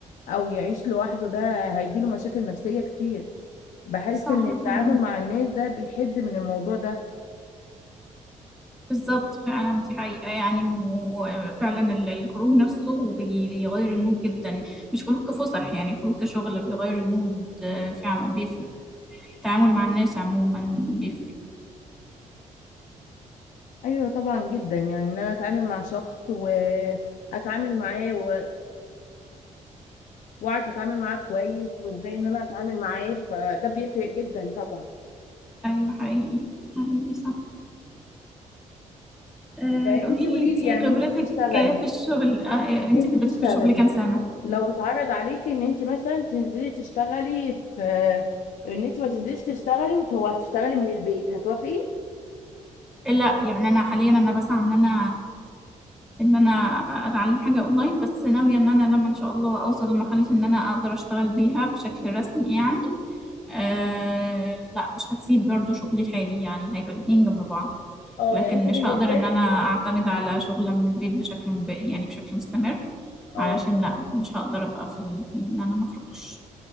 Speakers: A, on the left; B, in the centre.
A: أو يعيش لوحده ده هيجيله مشاكل نفسية كتير بحس
B: صح
A: إن التعامل
B: فعلا
A: مع الناس ده بيحد من الموضوع ده
B: بالظبط فعلا دي حقيقة يعني وفعلا ال- الخروج نفسه بي- بيغير المود جدا مش خروج كفسح يعني خروج كشغل بيغير المود آه، فعلا بيفرق التعامل مع الناس عموما بيفرق
A: ايوه طبعا جدا يعني ان انا اتعامل مع شخص واتعامل معاه و... واعرف اتعامل معاه كويس وازاي ان انا اتعامل معاه فده بيفرق جدا طبعا
B: أيوة حقيقي حقيقي صح آه،
A: فانت
B: قولي
A: قولي
B: لي انتي
A: لي يعني
B: خبرتك
A: انت بتشتغلي
B: في الشغل آه، انتي
A: انت
B: خبرتك
A: بتشتغلي
B: في الشغل كام سنة
A: لو اتعرض عليكي ان انت مثلا تنزلي تشتغلي في ان انت ما تنزليش تشتغلي وت- وهتشتغلي من البيت هتوافقي؟
B: لا يعني انا حاليا انا بسعى ان انا ان انا اتعلم حاجه اونلاين بس ناويه ان انا لما ان شاء الله اوصل لمرحله ان انا اقدر اشتغل بيها بشكل رسمي يعني آه لا مش هسيب برضه شغلي الحالي يعني هيبقى الاتنين جنب بعض
A: اه
B: لكن
A: يعني انت
B: مش
A: بالنسبه
B: هقدر ان
A: لك
B: انا اعتمد على شغلة من البيت بشكل مب... يعني بشكل مستمر
A: اه
B: علشان لا مش هقدر ابقى في, ال... في ان انا مخرجش